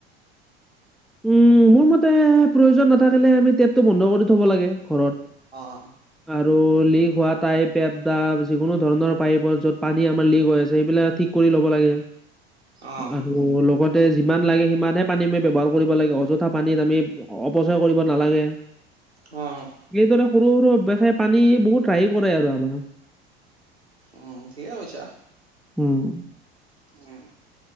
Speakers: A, in the centre; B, on the right.
A: উম, মোৰ মতে, প্ৰয়োজন নাথাকিলে আমি টেপটো বন্ধ কৰি থ'ব লাগে ঘৰত।
B: অঁ, অঁ।
A: আৰু লিক হোৱা টাইপ এটা যিকোনো ধৰণৰ পাইপৰ য'ত পানী আমাৰ লিক হৈ আছে সেইবিলাক ঠিক কৰি ল'ব লাগে।
B: অ'
A: আৰু লগতে যিমান লাগে সিমানহে পানী আমি ব্যৱহাৰ কৰিব লাগে। অযথা পানীত আমি অপচয় কৰিব নালাগে।
B: অঁ অঁ।
A: এইদৰে সৰু সৰু ব্যয়সায় পানী বহুত ৰাহি কৰে আৰু আমাৰ।
B: উম, ঠিকে কৈছা।
A: উম।
B: উম।